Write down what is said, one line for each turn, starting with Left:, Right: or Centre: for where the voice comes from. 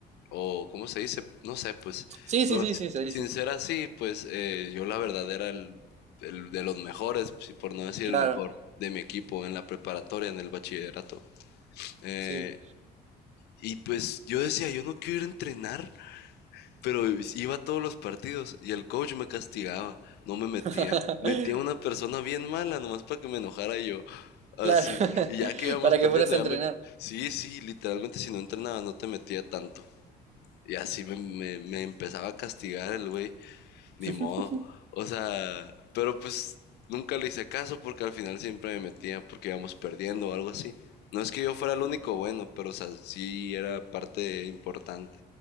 Left: o ¿cómo se dice? No sé, pues.
Right: Sí,
Left: Pero
Right: sí, sí,
Left: si-
Right: sí, se dice.
Left: sin ser así, pues eh, yo la verdad era el, el de los mejores, si por no decir
Right: Claro,
Left: el mejor, de mi equipo en la preparatoria, en el bachillerato. Eh,
Right: sí.
Left: y pues yo decía, yo no quiero ir a entrenar. Pero iba a todos los partidos y el coach me castigaba, no me metía.
Right: <laughs>
Left: Metía a una persona bien mala, nomás para que me enojara yo. Así.
Right: Claro, <laughs>
Left: Y ya que íbamos
Right: para
Left: perdiendo,
Right: que fueras a
Left: ya
Right: entrenar.
Left: me... Sí, sí, literalmente si no entrenabas no te metía tanto. Y así me, me- me empezaba a castigar el güey. Ni
Right: <laughs>
Left: modo. O sea, pero pues nunca le hice caso porque al final siempre me metía porque íbamos perdiendo o algo así. No es que yo fuera el único bueno, pero o sea, sí era parte importante.